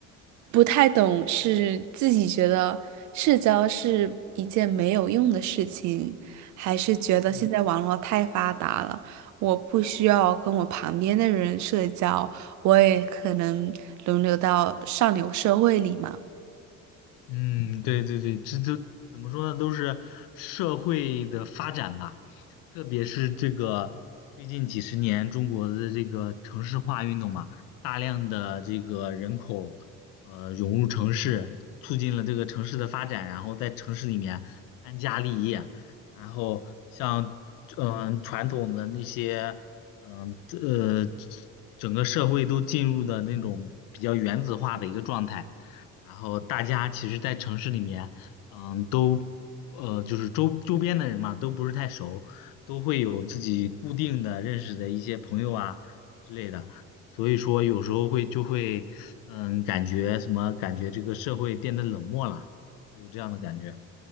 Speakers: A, on the right; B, on the left.
A: 不太懂是自己觉得社交是一件没有用的事情，还是觉得现在网络太发达了，
B: 嗯，
A: 我不需要跟我旁边的人社交，我也可能轮流到上流社会里嘛。
B: 嗯，对对对，这都怎么说呢？都是社会的发展吧，特别是这个最近几十年中国的这个城市化运动嘛，大量的这个人口呃涌入城市，促进了这个城市的发展，然后在城市里面安家立业，然后像嗯、呃传统的那些嗯呃整个社会都进入的那种比较原子化的一个状态。然后大家其实，在城市里面，嗯，都呃，就是周周边的人嘛，都不是太熟，都会有自己固定的认识的一些朋友啊之类的，所以说有时候会就会，嗯，感觉什么，感觉这个社会变得冷漠了，有这样的感觉。